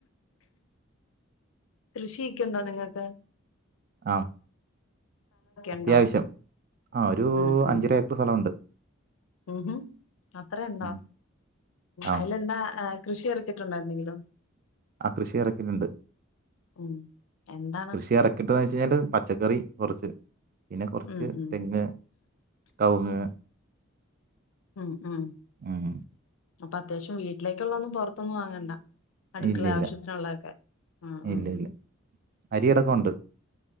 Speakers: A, on the left; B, on the right.
A: കൃഷിയൊക്കെണ്ടോ നിങ്ങക്ക്
B: ആ അത്യാവശ്യം
A: ഉണ്ടോ
B: ആ ഒരു
A: ഉം ഉം
B: അഞ്ചര ഏക്കർ സ്ഥലവൊണ്ട്
A: ഉം ഹം അത്രെ ഉണ്ടോ
B: ഉം ആ
A: അയ്ല് എന്താ കൃഷി എറക്കുട്ടുണ്ടോ എന്തെങ്കിലും
B: ആ കൃഷി എറക്കിട്ടുണ്ട്
A: ഉം എന്താണ്
B: കൃഷി ഇറക്കിയിട്ടന്ന് വെച്ചഴിഞ്ഞാല് പച്ചക്കറി കൊറച്ച് പിന്നെ കൊറച്ച്
A: ഉം ഉം
B: തെങ്ങ് കവുങ്ങ്
A: ഉം ഉം
B: ഉം
A: അപ്പൊ അത്യാശ്യം വീട്ടിലേക്കുള്ള ഒന്നും പൊർത്തിന്നെ വാങ്ങണ്ട അടുക്കള
B: ഇല്ല ഇല്ല
A: ആവശ്യത്തിനുള്ള ഒക്കെ ഉ ഉ ഉ
B: ഇല്ല ഇല്ല അരിയടക്കമുണ്ട്